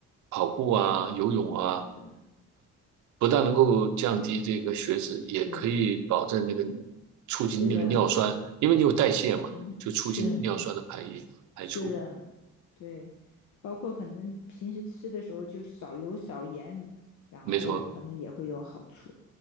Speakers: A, on the right (about 70°); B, on the left (about 70°).
A: 跑步啊，
B: 对，
A: 游泳啊。
B: 是的，
A: 不但能够降低这个血脂，
B: 是。
A: 也可以保证那个促进那个尿酸，
B: 是的，
A: 因为你有代谢嘛，
B: 是是
A: 就促进尿酸的排遗排出。
B: 是的，对，包括可能平时吃的时候就少油少盐，然后可能也会有好处。
A: 没错，